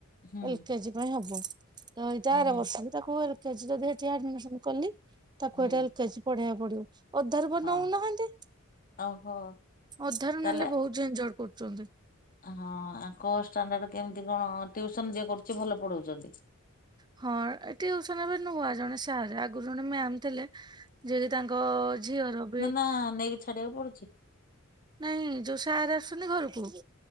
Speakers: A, on the left; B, on the right.
A: ହୁଁ
B: ଏଲ କେଜି ପାଇଁ ହବ। ତ ଏଇ ତାର
A: ହୁଁ ହୁଁ
B: ବର୍ଷକୁ ତାକୁ ଏଲ ଯଦି ହେଠି ଆଡମିସନ କଲି ତାକୁ
A: ହୁଁ।
B: ହେଠି ଏଲ କେଜି ପଢେଇଆକୁ ପଡିବ। ଅଧାରୁ ପା
A: ହଁ
B: ନୋଉନାହାନ୍ତି।
A: ଓହୋ
B: ଅଧାରୁ
A: ତାହେଲେ
B: ନେଲେ ବହୁତ ଝିନଝଡ୍ କରୁଚନ୍ତି।
A: ହଁ ଆଙ୍କ ଷ୍ଟାଣ୍ଡାର୍ଡ କେମିତି କଣ ଟିଉସନ୍ ଯିଏ କରୁଚି ଭଲ ପଢ଼ଉଚନ୍ତି?
B: ହଁ ଏ ଟିଉସନ ଏବେ ନୁଆ ଜଣେ ସାରେ ଆଗରୁ ଜଣେ ମ୍ୟାମ୍ ଥିଲେ। ଯିଏ କିି ତାଙ୍କ ଅ ଅ ଅ ଝିଅର ବି
A: ହଁ ନେଇକି ଛାଡିବାକୁ ପଡୁଛି?
B: ନାଇଁ ଯୋଉ ସାରେ ଆସୁଚନ୍ତି ଘରୁକୁ